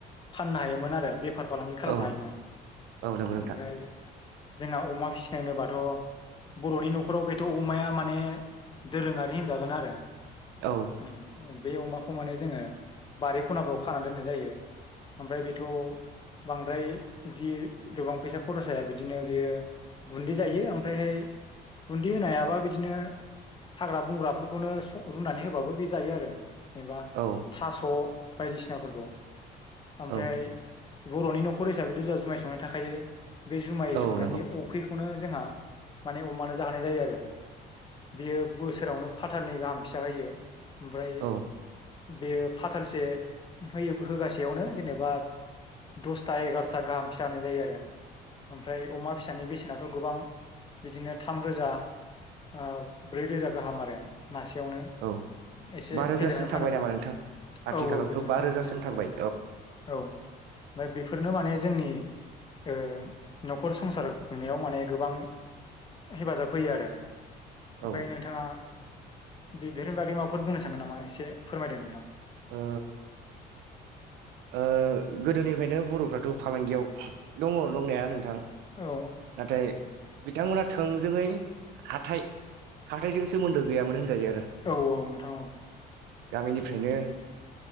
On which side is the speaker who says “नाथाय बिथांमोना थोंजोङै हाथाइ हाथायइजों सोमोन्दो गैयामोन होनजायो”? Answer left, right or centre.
Right